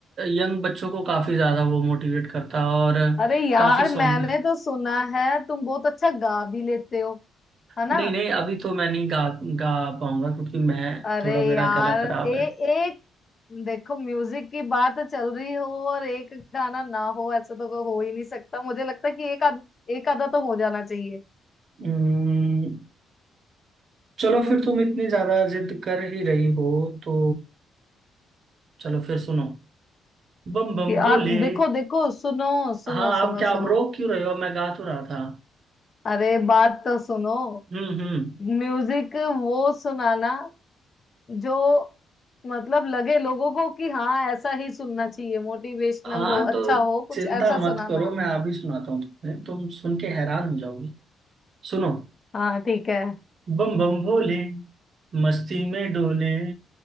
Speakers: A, on the right (about 55°); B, on the left (about 40°).
A: यंग बच्चों को काफी ज्यादा वो मोटिवेट करता है और
B: अरे यार
A: काफी सॉन्ग
B: मैंने तो सुना है तुम बहुत अच्छा गा भी लेते हो है ना
A: नहीं नहीं अभी तो मैं नहीं गा गा पाऊंगा क्योंकि मैं
B: अरे
A: थोड़ा मेरा
B: यार
A: गला खराब
B: ए
A: है
B: एक देखो म्यूजिक की बात चल रही हो और एक गाना ना हो ऐसे तो कोई हो ही नहीं सकता मुझे लगता है कि एक आध एक आधा तो हो जाना चाहिए
A: हम्म, चलो फिर तुम इतनी ज्यादा जिद कर ही रही हो तो चलो फिर सुनो बम बम
B: यार
A: भोले
B: देखो देखो सुनो सुनो
A: हाँ आप
B: सुनो
A: क्या आप
B: सुनो
A: रोक क्यों रहे हो मैं गा तो रहा था
B: अरे बात तो सुनो
A: हम्म हम्म
B: म्यूजिक वो सुनाना जो मतलब लगे लोगों को कि हाँ ऐसा ही सुनना चाहिए मोटिवेशनल
A: हाँ
B: हो अच्छा
A: तो
B: हो कुछ
A: चिंता
B: ऐसा
A: मत
B: सुनाना
A: करो मैं अभी सुनाता हूँ तुम्हें तुम सुन के हैरान हो जाओगी सुनो
B: हाँ ठीक है
A: बम बम भोले मस्ती में डोले